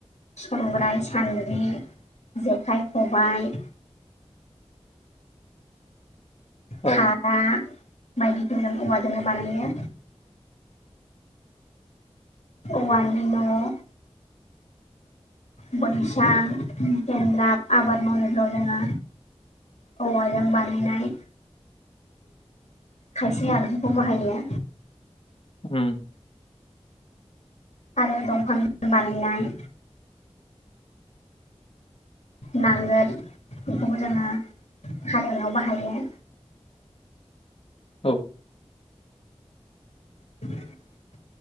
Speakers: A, on the left; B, on the left.
A: संग्राय सान्द्रि जेखाइ खबाय
B: औ
A: खादा बायदिजों जों औवाजोंनो बानायो औवानि न' बैसां <unintelligible> आबाद मावनायफ्राव जोङो औवाजों बानायनाय खायसे आगजुखौ बाहायो।
B: उम
A: आरो दंफांजों बानायनाय
B: <inaudible>
A: नांगोल बेखौबो जोङो हालेवनायाव बाहायो।
B: औ
A: <inaudible>